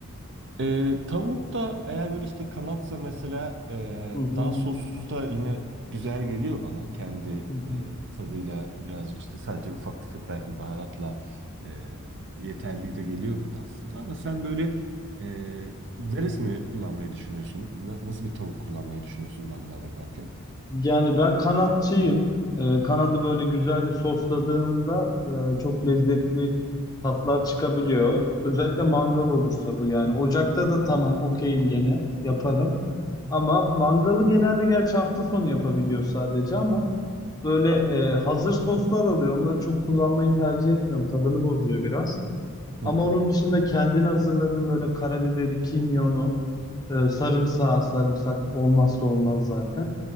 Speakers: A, on the right; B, on the left.
A: E, tavuk da eğer böyle işte kanatsa mesela e,
B: Hı hı,
A: daha sossuz da yine güzel geliyor bana. Kendi
B: hı hı.
A: e, tadıyla birazcık işte sadece ufak tefek belki baharatla e, yeterli de geliyor bana aslında. Ama sen böyle e, neresini kullanmayı düşünüyorsun? Na- nasıl bir tavuk kullanmayı düşünüyorsun mangal yaparken?
B: Yani ben kanatçıyım. E, kanadı böyle güzel bir sosladığımda e, çok lezzetli tatlar çıkabiliyor. Özellikle mangal olursa bu yani. Ocakta da tamam okeyim gene yaparım. Ama mangalı genelde gerçi hafta sonu yapabiliyor sadece ama Böyle e, hazır soslar oluyor. Onları çok kullanmayı tercih etmiyorum. Tadını bozuyor biraz.
A: Hı
B: Ama
A: hı.
B: onun dışında kendini hazırladım böyle karabiberi, kimyonu, e, sarımsağı, sarımsak olmazsa olmaz zaten.